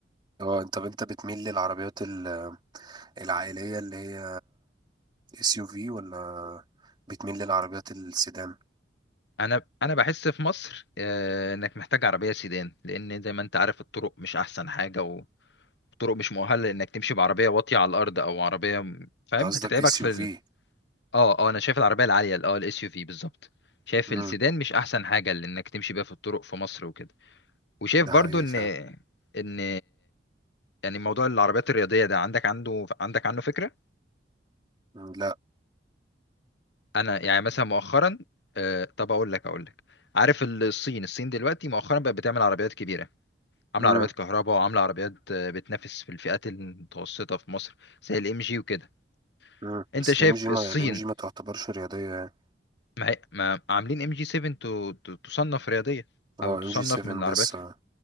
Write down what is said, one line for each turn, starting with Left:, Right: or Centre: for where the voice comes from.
Right: اه انت انت بتميل للعربيات ال- العائلية اللي هي اس يو في ولا بتميل للعربيات السيدان
Left: انا انا بحس في مصر آه، انك محتاج عربية سيدان لان زي ما انت عارف الطرق مش احسن حاجة طرق مش مؤهله لانك تمشي بعربيه واطيه على الارض او عربيه م- فاهم
Right: قصدك
Left: هتتعبك
Right: اس
Left: في
Right: يو في
Left: ال... اه اه انا شايف العربيه العاليه ال- اه الاس يو في بالظبط شايف
Right: امم
Left: السيدان مش احسن حاجه لانك تمشي بيها في الطرق في مصر وكده وشايف
Right: ده
Left: برضو
Right: حقيقي
Left: ان
Right: فعلا
Left: ان يعني موضوع العربيات الرياضيه ده عندك عنده عندك عنه فكره
Right: مم، لا
Left: انا يعني مثلا مؤخرا آه طب اقول لك اقول لك عارف الصين الصين دلوقتي مؤخرا بقت بتعمل عربيات كبيره عامله
Right: امم
Left: عربيات كهرباء وعامله عربيات آه، بتنافس في الفئات المتوسطه في مصر زي الام جي وكده
Right: امم بس
Left: انت شايف
Right: الام جي ما
Left: الصين
Right: الام جي ما تعتبرش رياضيه يعني
Left: ما ما عاملين ام جي 7 تو- تو- تصنف رياضيه
Right: اه
Left: او
Right: ام
Left: تصنف
Right: جي 7
Left: من العربيات
Right: بس آه.